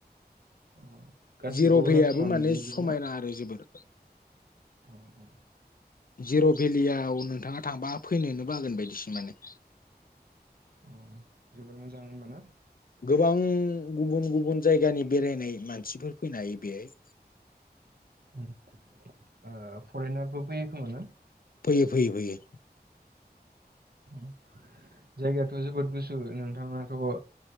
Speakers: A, on the right (about 70°); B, on the left (about 60°).
A: अ गासिबो
B: जिर'
A: अरुणाचलावनो
B: भेयाबबो माने
A: गोलैजोबो
B: समायना
A: ना?
B: आरो जोबोर।
A: औ औ।
B: जिर' भेलियाव नोंथाङा थांबा फैनोनो बागोन बायदिसो माने
A: अ जोबोर मोजां होनब ना
B: गोबां गुबुन गुबुन जायगानि बेरायनाय मानसिफोर फैनो हायो बेहाय
A: ओ फरेनारबो फैयो खोमा ना?
B: फैयो फैयो फैयो।
A: <inaudible> जायगायाथ जोबोद गुसु नोंथाङाथ ओ